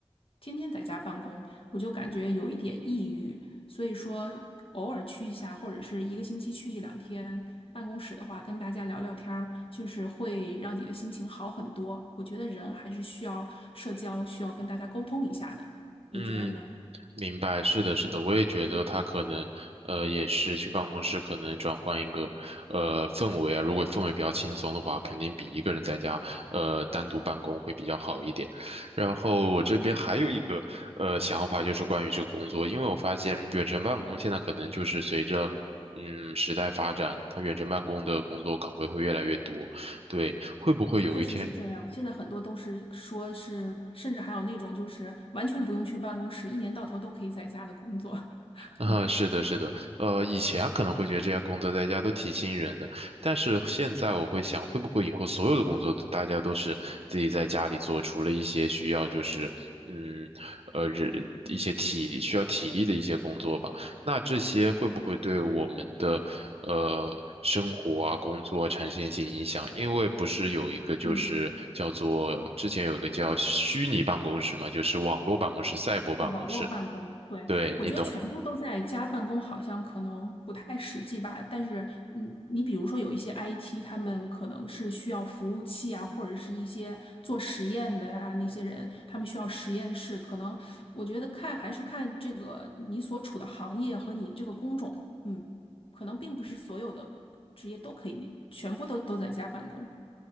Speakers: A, on the left (about 60°); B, on the right (about 70°).
A: 天天在家办公，我就感觉有一点抑郁。所以说，偶尔去一下，或者是一个星期去一两天办公室的话，跟大家聊聊天儿，就是会让你的心情好很多。我觉得人还是需要社交，需要跟大家沟通一下的。你觉得呢？
B: 嗯，明白，是的，是的，我也觉得他可能，呃，也是去办公室可能转换一个，呃，氛围啊。如果氛围比较轻松的话，肯定比一个人在家，呃，单独办公会比较好一点。然后我这边还有一个，呃，想法就是关于这个工作，因为我发现远程办公现在可能就是随着。嗯，时代发展，它远程办公的工作岗位会越来越多。对，会不会有一天
A: 确实是这样，现在很多都是说是，甚至还有那种就是完全不用去办公室，一年到头都可以在家的工作。<laughs>
B: 啊，
A: 嗯
B: 是的，是的，呃，以前可能会觉得这些工作在家都挺吸引人的，但是现在我会想，会不会以后所有的工作都大家都是自己在家里做，除了一些需要就是，嗯，呃，人一些体需要体力的一些工作吧，那这些会不会对我们的呃生活啊、工作啊产生一些影响？因为不是有一个就是叫做之前有个叫虚拟办公室嘛，
A: 嗯。
B: 就是网络办公室、赛博办公室，
A: 哦，网络办公，对，
B: 对，
A: 我觉得全部都在家办公好像可能不太实际吧。
B: 你懂。
A: 但是嗯，你比如说有一些 IT，他们可能是需要服务器啊，或者是一些做实验的呀、那些人，他们需要实验室。可能我觉得看还是看这个你所处的行业和你这个工种，嗯，可能并不是所有的职业都可以全部都都在家办公。